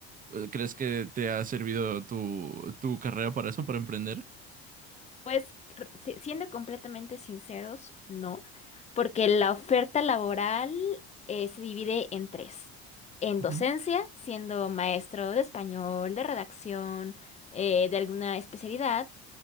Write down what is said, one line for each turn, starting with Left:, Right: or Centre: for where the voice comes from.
Right: ¿Crees que te ha servido tu, tu carrera para eso, para emprender?
Left: Pues r- si- siendo completamente sinceros, no, porque la oferta laboral eh, se divide en tres. En docencia,
Right: Ujú,
Left: siendo maestro de español, de redacción, eh, de alguna especialidad,